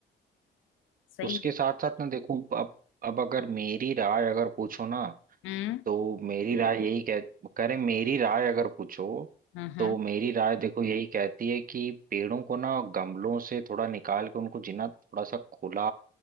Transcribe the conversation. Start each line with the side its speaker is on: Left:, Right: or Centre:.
Left: सही
Right: उसके
Left: है
Right: साथ साथ ना देखो अब अब अगर मेरी राय अगर पूछो ना
Left: हम्म
Right: तो मेरी राय बिल्कुल यही कह कह रहे मेरी राय अगर पूछो
Left: हम्म
Right: तो
Left: हम्म,
Right: मेरी राय देखो हम्म यही कहती है कि पेड़ों को ना गमलों से थोड़ा निकाल के उनको जिना थोड़ा सा खुला